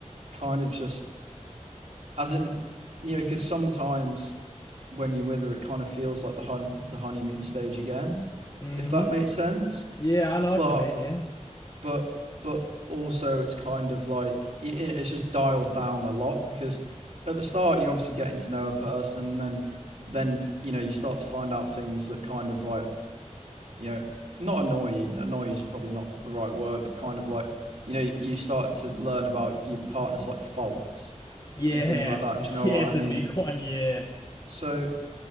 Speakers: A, on the right (about 70°); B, on the left (about 35°).
A: kind of just as in you know because sometimes when you're with her it kind of feels like the honey the honeymoon stage again
B: hmm
A: if that makes sense
B: Yeah, I know what
A: but
B: you mean, yeah.
A: but but also it's kind of like it's just dialed down a lot because at the start you're obviously getting to know a person then then you know you start to find out things that kind of like you know not annoy annoy is probably not the right word but kind of like you know you start to learn about your partner's like faults
B: Yeah,
A: and things like that
B: <laughs> yeah,
A: do you know
B: it's
A: what i mean
B: a big one, yeah.
A: So